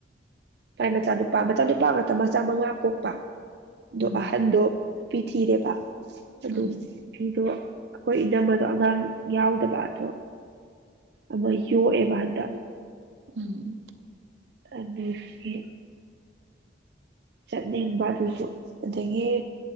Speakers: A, on the right (about 55°); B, on the right (about 75°).
A: ꯐꯚꯥꯏ ꯃꯆꯥ ꯅꯨꯄꯥ ꯃꯆꯥ ꯅꯨꯄꯥ ꯃꯇꯝ ꯃꯆꯥ ꯃꯉꯥ ꯄꯣꯛꯄ
B: ꯎꯝ
A: ꯣ ꯑꯍꯟꯗꯣ ꯐ ꯊꯤꯔꯦꯕꯥ ꯑꯗꯨꯣ
B: ꯎꯝ
A: ꯑꯗꯨꯗꯣ ꯑꯩꯈꯣꯏ ꯏꯅꯝꯝꯕꯗꯣ ꯑꯉꯥꯡ ꯌꯥꯎꯗꯕ ꯑꯗꯣ ꯑꯃ ꯌꯣꯛꯑꯦꯕꯗ
B: ꯎꯝ
A: ꯑꯗꯨꯗ ꯆꯠꯅꯤꯡꯕ ꯑꯗꯨꯁꯨ ꯑꯗꯒꯤ ꯑ